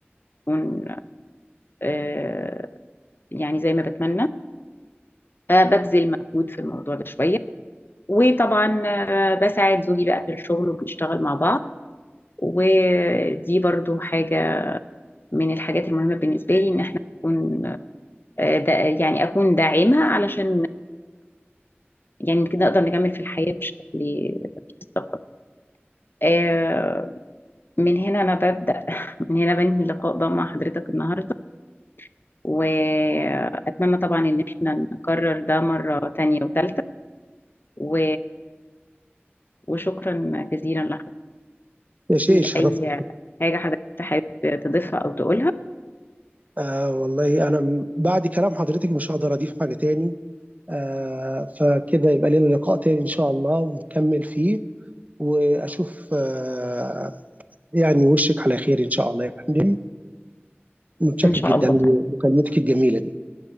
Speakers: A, on the left; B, on the right.
A: ويكون آه، يعني زي ما بتمنى فببذل مجهود في الموضوع ده شوية وطبعا آه، بساعد زوجي بقى في الشغل وبنشتغل مع بعض ودي برضو حاجة من الحاجات المهمة بالنسبة لي ان احنا نكون آه، دا يعني اكون داعمة علشان يعني كده نقدر نكمل في الحياة بشكل مستقر آه، من هنا انا ببدأ <laughs> من هنا بنهي اللقاء ده مع حضرتك النهاردة واتمنى طبعا ان احنا نكرر ده مرة تانية وتالتة و... وشكرا جزيلا لحضرتك
B: يا شيخ
A: في
B: شرفتك
A: أي حاجة حضرتك حابب تضيفها أو تقولها؟
B: آه والله انا م- بعد كلام حضرتك مش هقدر اضيف حاجه تاني آه فكده يبقى لنا لقاء تاني ان شاء الله ونكمل فيه واشوف آه، يعني وشك على خير ان شاء الله يا فندم متشكر
A: إن شاء
B: جدا
A: الله
B: لمكالمتك
A: طيب
B: الجميله دي